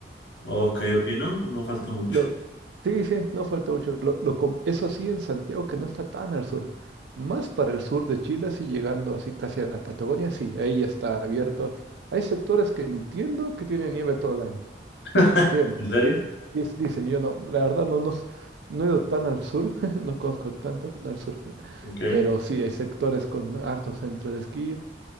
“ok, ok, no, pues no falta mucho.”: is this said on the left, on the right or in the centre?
Left